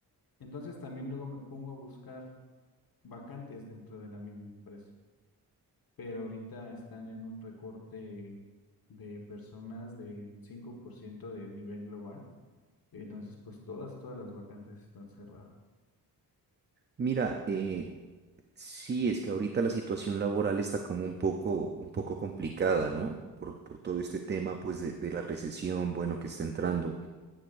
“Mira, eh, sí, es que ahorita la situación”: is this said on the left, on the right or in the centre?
Right